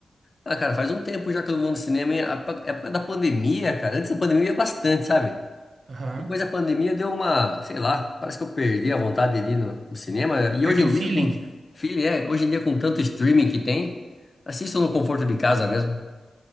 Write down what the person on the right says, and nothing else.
Aham.
Perdeu
o feeling?